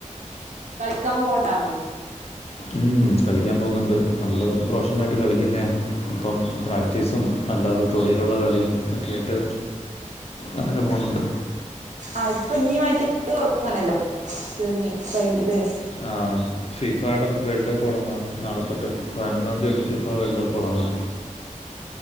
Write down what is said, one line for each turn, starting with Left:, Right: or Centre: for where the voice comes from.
Right: കളിക്കാൻ പോവ്ണ്ടാവും.
Left: ഉം കളിക്കാൻ പോവുന്നുണ്ട് നമ്മള് പ്രൊഫഷണലായിട്ട് കളിക്ക്‌ന്നെയാ അപ്പം പ്രാക്ട്ടീസ്- ത്തും അല്ലാതെ തൊടിലുള്ള കളിയും ഒക്കെയായിട്ട് അങ്ങനെ പോകുന്നുണ്ട്.
Right: ആഹ്‌ ഇപ്പിഞ്ഞി മറ്റേ തൊടങ്ങാണല്ലോ സെമി ഫൈൻ ഇത്.
Left: ആഹ്‌ ഫിഫാടെ വേൾഡ്കപ്പ് തൊടങ്ങാ നാളെ തൊട്ട് പയ്നൊന്നാന്തി തൊട്ട് ഫിഫ വേൾഡ്കപ്പ് തൊടങ്ങാ.